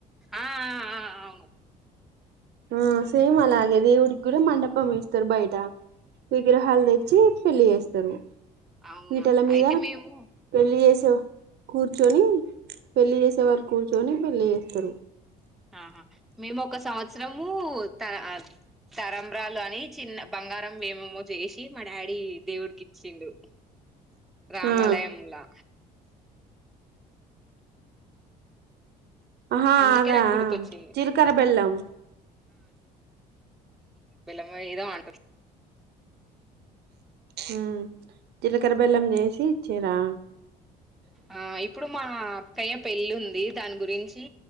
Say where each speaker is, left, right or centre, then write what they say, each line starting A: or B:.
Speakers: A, in the centre; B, on the right.
A: ఆ ఆ ఆ అవును
B: ఆ సేమ్ ఆలాగే దేవుడికి గుడ మండపమెస్తారు బయట విగ్రహాలు తెచ్చి పెళ్లి చేస్తారు
A: అవునా
B: పీటల మీద
A: అయితే మేము
B: పెళ్లి చేసి కూర్చొని పెళ్లి చేసే వారు కూర్చొని పెళ్లి చేస్తారు
A: ఆహా మేము ఒక సంవత్సరము త తరమ్రాలు అని చిన్న బంగారం ఏమేమో చేసి మా డాడీ దేవుడికి ఇచ్చిండు రామాలయమ్లా
B: ఆ హా
A: అందుకే
B: అదా
A: నాకు గుర్తొచ్చింది
B: జిలకర బెల్లం
A: మరేదో అంట
B: హ జీలకర బెల్లం చేసి ఇచ్చిర్రా
A: ఆ ఇప్పుడు మా అయ పెళ్ళి ఉంది దాని గురించి